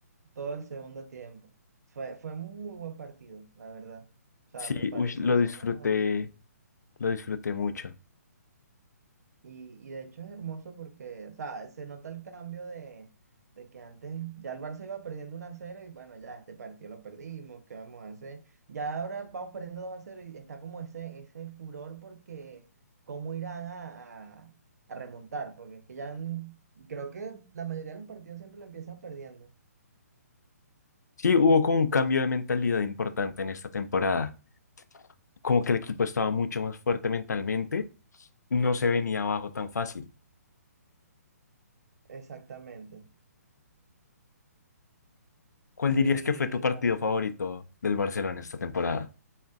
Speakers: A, on the right; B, on the left.
A: Todo el segundo tiempo. Fue, fue un muy buen partido, la verdad. O sea,
B: Sí,
A: me pareció.
B: uy, lo disfruté, lo disfruté mucho.
A: Y, y de hecho es hermoso porque, o sea, se nota el cambio de, de que antes ya el Barça iba perdiendo 1 a cero y bueno, ya este partido lo perdimos, ¿qué vamos a hacer? Ya ahora vamos perdiendo 2 a cero y está como ese, ese furor porque cómo irán a, a, a remontar, porque es que ya n- creo que la mayoría de los partidos siempre lo empiezan perdiendo.
B: Sí, hubo como un cambio de mentalidad importante en esta temporada. Como que el equipo estaba mucho más fuerte mentalmente, no se venía abajo tan fácil.
A: Exactamente.
B: ¿Cuál
A: Y,
B: dirías que fue tu partido
A: y
B: favorito del Barcelona esta temporada?